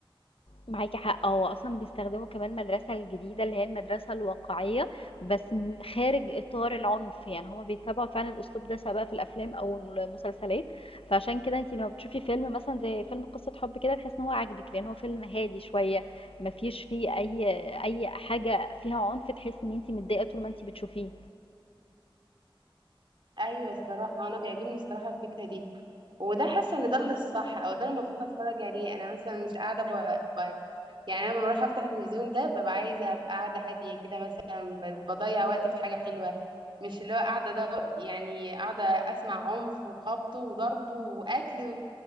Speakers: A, on the left; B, on the right.
A: معاكي حق هو اصلا بيستخدموا كمان المدرسه الجديده اللي هي المدرسه الواقعيه بس م- خارج اطار العنف يعني هما بيتبعوا فعلا الاسلوب ده سواء في الافلام او المسلسلات فعشان كده انت لما بتشوفي فيلم مثلا زي فيلم قصه حب كده تحس ان هو عاجبك لان هو فيلم هادي شويه مفيش فيه اي اي حاجه فيها عنف تحس ان انت متضايقه طول ما انت بتشوفيه
B: ايوه الصراحه انا بيعجبني الصراحه الفكره دي وده حاسه ان ده اللي الصح او ده اللي المفروض اتفرج عليه انا مثلا مش قاعده ب... ب... يعني انا لما بروح افتح التلفزيون ده ببقى عايزه ابقى قاعده هاديه كده مثلا ب- بضيع وقتي في حاجه حلوه مش اللي هو قاعده ده يعني قاعده اسمع عنف وخبط وضرب وقتل و-